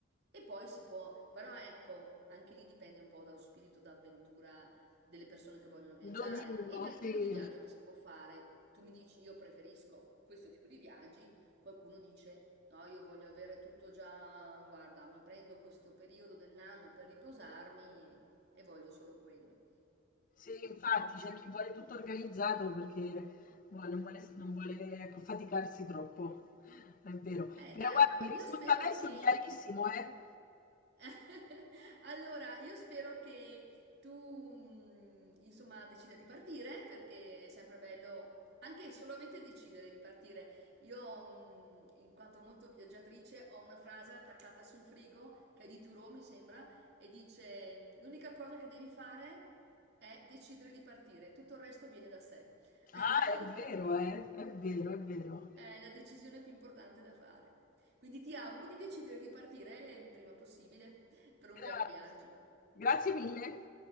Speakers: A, on the right; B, on the left.
A: E poi si può, però ecco, anche lì dipende un po' dallo spirito d'avventura delle persone che vogliono viaggiare
B: Ad ognuno,
A: e dal tipo
B: sì.
A: di viaggio che si può fare. Tu mi dici, io preferisco questo tipo di viaggi, Qualcuno dice no, io voglio avere tutto già, guarda, mi prendo questo periodo dell'anno per riposarmi e voglio solo quello.
B: Sì, infatti c'è chi vuole tutto organizzato perché vuole- non vuole, non vuole, ecco, faticarsi troppo, è vero.
A: Beh,
B: Però
A: dai,
B: guarda, mi
A: io
B: risulta
A: spero
B: adesso
A: che
B: chiarissimo, eh?
A: <laughs> Allora, io spero che tu, mh, insomma, decida di partire perché è sempre bello anche solamente decidere di partire. Io, mh, in quanto molto viaggiatrice, ho una frase attaccata sul frigo che è di Turo, mi sembra, e dice: mh, L'unica cosa che devi fare è decidere di partire, tutto il resto viene da sé.
B: Ah,
A: <laughs>
B: è vero, eh? È vero, è vero.
A: È la decisione più importante da fare. Quindi ti auguro di decidere di partire il prima possibile per un
B: Grazie.
A: bel viaggio.
B: Grazie mille.